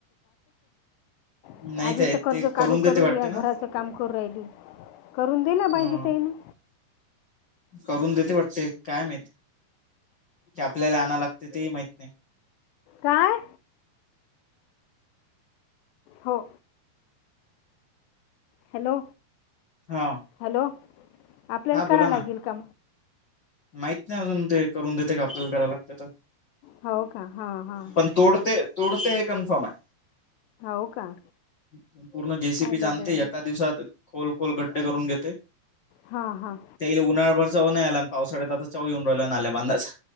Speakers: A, on the left; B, on the left.
A: <unintelligible>
B: नाही
A: आधीच
B: ते
A: कर्ज
B: ते
A: काढू
B: करून देते
A: काढू
B: वाटते
A: या
B: ना
A: घराच काम करू राहिली. करून दिला पाहिजे
B: ह
A: ते ना
B: करून देते वाटते. काय माहित की आपल्याला आणाव लागते? तेही माहित नाही.
A: काय? हो. हॅलो..
B: हा.
A: हॅलो. आपल्याला
B: हा
A: करा
B: बोला
A: लागेल
B: ना
A: का
B: माहित नाही अजून ते करून देते का आपल्याला कराय लागते.
A: हो का हां हां
B: पण
A: हां
B: तोडते तोडते हे कन्फर्म आहे.
A: हो का
B: संपूर्ण जेसीपी
A: पाहिलं
B: जाणते
A: जाईल
B: एका दिवसात खोल खोल गड्डे करून घेते.
A: हा हा.
B: त्या उन्हाळभर चव नाही आला आणि पासाळत आता चवी उन रावला नाल्या बांधाचा